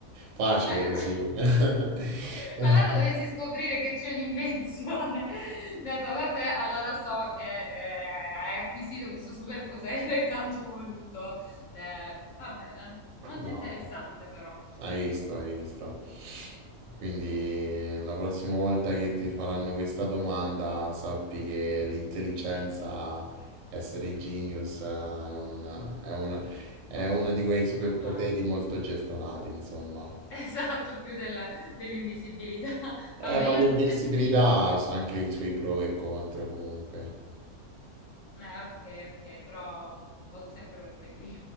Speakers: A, on the right; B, on the left.
A: facile
B: Eh,
A: così.
B: eh, <laughs>
A: <laughs>
B: Qualora dovessi scoprire che c'è un'invenzione <laughs> data da te, allora so che eh, hai acquisito questo superpotere <laughs> tanto voluto. Eh, va bene, molto
A: No.
B: interessante però,
A: Hai visto, hai visto. Quindi la prossima volta che ti faranno questa domanda, sappi che l'intelligenza, essere genius, eh, è una, è una- è uno di quei superpoteri
B: è un plus. <laughs>
A: molto gestonati, insomma.
B: Esatto, più della- dell'invisibilità. <laughs>
A: Eh,
B: Vabbè,
A: ma
B: io
A: l'invincibilità
B: andrò sempre per i miei
A: ha
B: però.
A: anche i suoi pro e contro comunque.
B: Eh, ok, ok, però voto sempre per quelli.